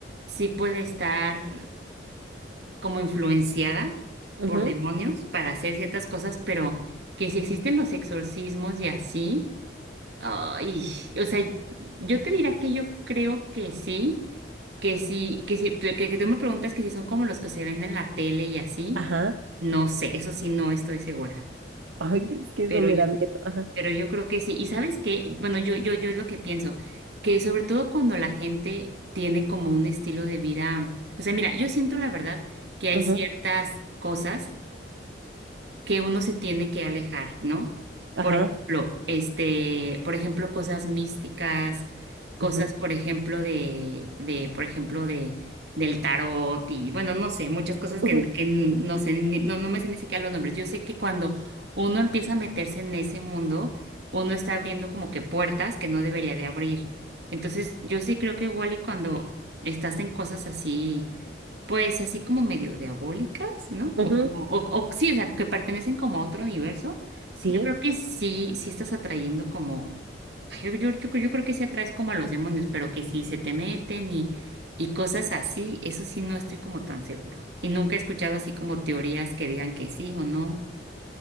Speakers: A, on the right (about 65°); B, on the right (about 85°).
A: sí puede estar como influenciada
B: Ajá,
A: por demonios para hacer ciertas cosas, pero que si existen los exorcismos y así, ay, o sea, yo te diría que yo creo que sí, que sí, que sí, que, que tú me preguntas que si son como los que se ven en la tele y así,
B: ajá,
A: no sé, eso sí no estoy segura.
B: Ay, es que
A: Pero
B: eso me
A: yo
B: da miedo. Ajá,
A: Pero yo creo que sí. Y sabes qué, bueno, yo, yo, yo es lo que pienso, que sobre todo cuando la gente tiene como un estilo de vida, o sea, mira, yo siento la verdad que hay
B: ujú,
A: ciertas cosas que uno se tiene que alejar, ¿no?
B: ajá,
A: Por ejemplo, este, por ejemplo, cosas místicas, cosas,
B: ujú,
A: por ejemplo, de, de, por ejemplo, de, del tarot y, bueno, no sé, muchas cosas
B: ujú,
A: que, que no sé, ni- no, no me sé ni siquiera los nombres. Yo sé que cuando uno empieza a meterse en ese mundo, uno está abriendo como que puertas que no debería de abrir. Entonces, yo sí creo que igual y cuando estás en cosas así, pues así como medio diabólicas, ¿no? O
B: ujú,
A: como, o, o sí, o sea, que pertenecen como a otro universo.
B: Sí,
A: Yo creo que sí, sí estás atrayendo como, ay, yo, yo, yo- yo creo que sí atraes como a los demonios, pero que sí se te meten y, y cosas así, eso sí no estoy como tan seguro. Y nunca he escuchado así como teorías que digan que sí o no.